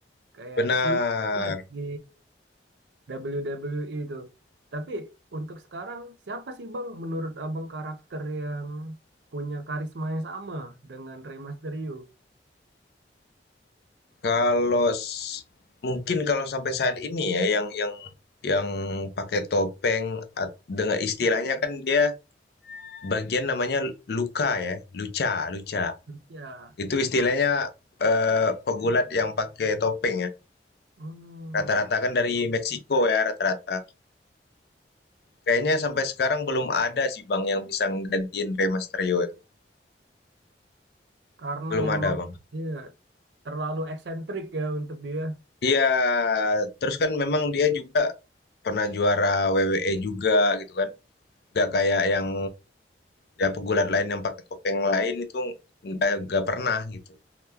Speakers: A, on the right; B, on the left.
A: Kayak
B: benar.
A: seni banget di WWE itu. Tapi untuk sekarang siapa sih Bang menurut Abang karakter yang punya karisma yang sama dengan Rey Mysterio?
B: Kalau s mungkin kalau sampai saat ini ya yang yang yang pakai topeng at dengan istilahnya kan dia bagian namanya luka ya, luca, luca.
A: Ya,
B: Itu istilahnya eh, pegulat yang pakai topeng ya.
A: hmm,
B: Rata-rata kan dari Meksiko ya rata-rata. Kayaknya sampai sekarang belum ada sih Bang yang bisa nggantiin Rey Mysterio itu.
A: karena
B: Belum
A: emang
B: ada Bang.
A: dia terlalu eksentrik ya untuk dia
B: Iya, terus kan memang dia juga pernah juara WWE juga gitu kan. Nggak kayak yang ya pegulat lain yang pakai topeng lain itu nggak nggak pernah gitu.